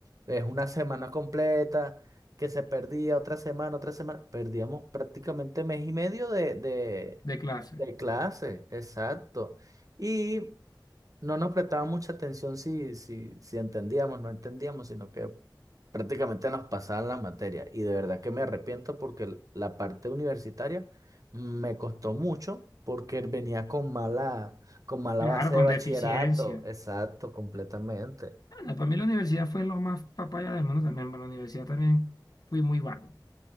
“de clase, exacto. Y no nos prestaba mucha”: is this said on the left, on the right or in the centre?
Right